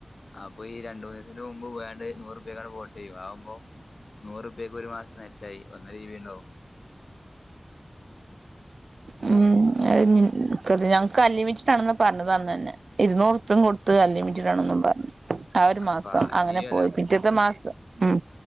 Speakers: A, on the left; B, on the right.
A: അപ്പൊ ഈ രണ്ടൂന്നസത്തിന് മുമ്പ് വേണ്ടേര്ന്നു നൂറുപ്യക്കണ്ട് പോർട്ടിയ്യ്യാ ആവുമ്പോ നൂറുപ്യക്ക് ഒരു മാസ്നെറ്റായി ഒന്നര ജി ബിണ്ടാവും
B: ഉം എയ്ഞിൻക്കറിയാം ക്കല്ലിമിറ്റ്ഡാണന്ന് പർഞ്ഞത് അന്ന ന്നെ ഇരുന്നൂറുപിംകൊടുത്ത്‌ അൻലിമിറ്റഡാണെന്നും പർഞ്ഞു ആഹ് ഒര്
A: അപ്പൊ
B: മാസം അങ്ങനെ
A: ജിയോ
B: പോയി പിറ്റത്തെ മാസ ഉം